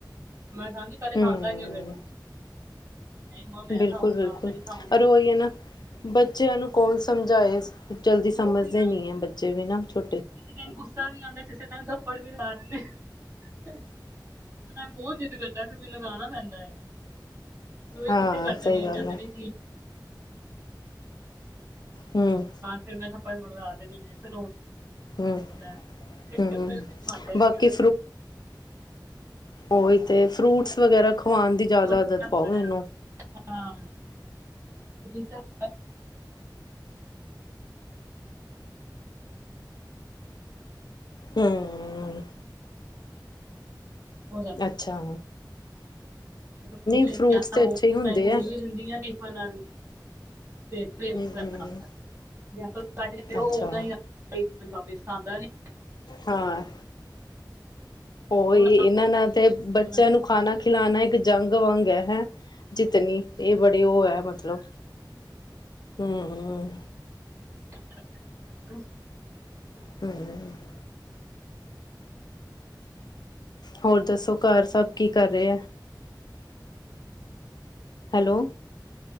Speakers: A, on the right; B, on the left.
A: ਮੈਂ ਕਹਾਂਗੀ ਪਹਿਲੇ ਖਾਂਦਾ
B: ਹਮ
A: ਕਿਊ ਫਿਰ ਤੂੰ? ਨਈ ਮਮਾ ਮੈਂ
B: ਬਿਲਕੁਲ
A: ਨੀ ਖਾਊਂਗਾ
B: ਬਿਲਕੁਲ
A: ਮੈਂ ਨੀ ਖਾਊਂਗਾ।
B: ਔਰ ਉਹੀ ਹੈ ਨਾ ਬੱਚਿਆਂ ਨੂੰ ਕੌਣ ਸਮਝਾਏ, ਜਲਦੀ ਸਮਝਦੇ
A: ਉਹੀ ਨਾ
B: ਨੀ ਏ ਬੱਚੇ ਵੀ ਨਾ ਛੋ
A: ਕਿਸੇ ਟਾਈਮ ਗੁੱਸਾ ਵੀ ਆਂਦਾ ਕਿਸੇ ਟਾਈਮ ਤੋ ਪਰ ਵੀਰ ਮਾਰਨੇ ਉਸੇ ਟਾਈਮ ਬੋਤ ਜਿੱਦ ਐਸੇ ਮਿਲ ਲੱਗਣਾ ਪੈਂਦਾ ਏ, ਜੋ ਇਹ
B: ਹਾਂ
A: ਗੁੱਸੇ ਕਰਦੇ
B: ਸਹੀ
A: ਨੇ, ਏ
B: ਗੱਲ
A: ਕਹਿੰਦੇ
B: ਹੈ
A: ਨੇ <inaudible>
B: ਹਮ
A: ਫਿਰ ਮੈਂ ਥੱਪੜ ਮਡਵਾ ਦਿੰਦੀ ਐ ਫਿਰ ਰੋਨ
B: ਹਮ
A: <inaudible>
B: ਹੂੰ, ਬਾਕੀ ਓਈ ਤੇ, ਫਰੂਟਸ ਵਗੈਰਾ ਖਵਾਉਣ ਦੀ ਜ਼ਿਆਦਾ
A: ਮਰਜ਼ੀ
B: ਆਦਤ
A: ਖਾਣਾ
B: ਪਾਓ ਇਹ ਨੂੰ।
A: ਹਾਂ, ਮ ਗੀਤਾ। <inaudible>
B: ਹੂੰ,
A: <inaudible>
B: ਇੱਛਾ।
A: <unintelligible>
B: ਫਰੂਟਸ ਤੇ ਅੱਛੇ ਹੀ ਹੁੰਦੇ ਆ
A: ਟਿਫਨ ਨਲ <inaudible>
B: ਹੂੰ, ਅੱਛਾ ਹਾਂ, ਓਈ
A: ਬਹੁਤ
B: ਇਨਾਂ ਨਾਲ ਤੇ ਬ
A: ਆਪਣਾ
B: ਤੈਨੂੰ ਖਾਣਾ ਖਿਲਾਣਾ ਇੱਕ ਜੰਗ ਵਾਂਗ ਏ, ਹੈ ਜਿੱਤਣੀ। ਇਹ ਬੜੇ ਓ ਏ ਮਤਲਬ, ਹੰਮ-ਹੰਮ।
A: <inaudible>
B: <inaudible> ਹੋਰ ਦੱਸੋ ਘਰ ਸਭ ਕੀ ਕਰ ਰੈ ਏ। Hello,